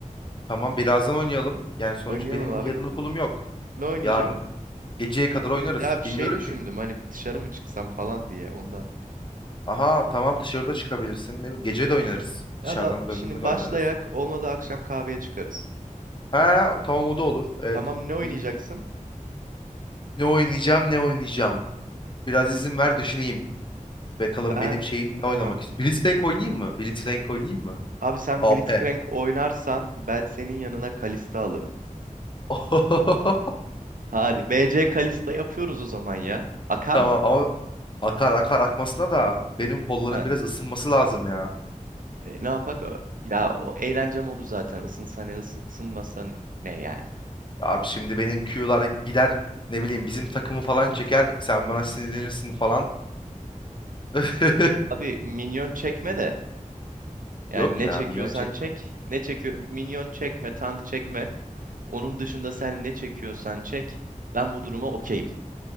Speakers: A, on the left; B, on the right.
A: Tamam birazdan oynayalım. Yani sonuç
B: Oynayalım
A: benim
B: abi.
A: yarın okulum yok.
B: Ne oynayacaksın?
A: Yarın geceye kadar oynarız.
B: Ya bir
A: Bilmiyorum
B: şey düşündüm
A: ki.
B: hani bir dışarı mı çıksam falan diye ondan.
A: Aha tamam dışarıda çıkabilirsin. Ne bileyim gece de oynarız.
B: Ya
A: Dışarıdan
B: da
A: döndüğünde
B: şimdi
A: de
B: başlayak
A: oynarız.
B: olmadı akşam kahveye çıkarız.
A: Ha tamam o da olur. Evet.
B: Tamam ne oynayacaksın?
A: Bir- Ne oynayacağım ne oynayacağım. Biraz izin ver düşüneyim. Bakalım
B: Ben
A: benim şeyim ne
B: tamam.
A: oynamak istiyorum. Blitzcrank oynayayım mı? Blitzcrank oynayayım mı?
B: Abi sen
A: AP.
B: Blitzcrank oynarsan ben senin yanına Kalista alırım.
A: <laughs>
B: Hadi B C Kalista yapıyoruz o zaman ya. Akar
A: Tamam
B: mı?
A: ama akar akar akmasına da benim kolların
B: Ha.
A: biraz ısınması lazım ya.
B: E, ne yapak? Ö- Ya o eğlence modu zaten. Isınsa ne ısı- ısınmasa ne yani.
A: Abi şimdi benim Q'lar gider ne bileyim bizim takımı falan çeker. Sen bana sinirlenirsin falan. <laughs>
B: Abi minyon çekme de. Yani
A: Yok
B: ne
A: ya
B: çekiyorsan
A: minyon çekmem.
B: çek. Ne çekiyor? Minyon çekme, tank çekme. Onun dışında sen ne çekiyorsan çek. Ben bu duruma okeyim.